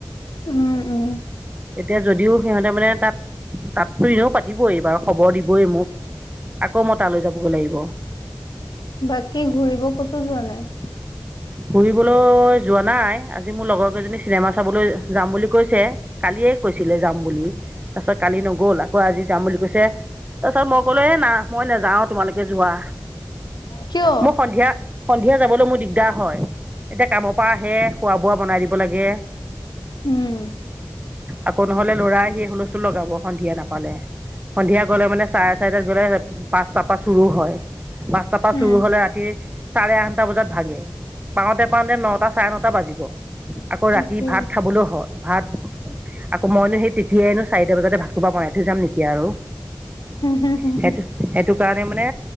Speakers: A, on the left; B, on the right.
A: উম উম।
B: এতিয়া যদিও সিহঁতে মানে তাত তাত এনেও পাতিবই বাৰু খবৰ দিবই মোক। আকৌ মই তালৈ যাবগৈ লাগিব।
A: বাকী ঘূৰিব ক'তো যোৱা নাই।
B: ফুৰিবলৈ যোৱা নাই আজি মোৰ লগৰ কেইজনী চিনেমা চাবলৈ যাম বুলি কৈছে কালিয়েই। কৈছিলে যাম বুলি তাৰপিছত কালি নগল আকৌ আজি যাম বুলি কৈছে। তাৰপিছত মই ক'লো এ না মই নাযাও তোমালোকে যোৱা।
A: কিয়?
B: মোৰ সন্ধিয়া সন্ধিয়া যাবলৈ মোৰ। দিগদাৰ হয় এতিয়া কামৰ পৰা আহে খোৱা বোৱা বনাই দিব লাগে।
A: উম।
B: আকৌ নহলে ল'ৰাই সি হুলস্থটো লগাব সন্ধিয়া নাপালে সন্ধিয়া গলে মানে চাৰে চাৰিতা। গলে পাঁচটাৰ পা চুৰো হয় পাঁচটাৰ পা
A: উম
B: চুৰো হলে ৰাতি চাৰে আঠটা বজাত। পাওঁতে পাওঁতে নটা চাৰে নটা বাজিব আকৌ
A: তাকে
B: ৰাতি ভাত খাবলৈও হয়। ভাত আকৌ মইনো সেই তেতিয়াই নো চাৰিটা বজাতে ভাত খোপা বনাই থৈ যাম নেকি আৰু।
A: উম হুম হুম
B: সেইটো
A: হম।
B: সেইটো কাৰণে মানে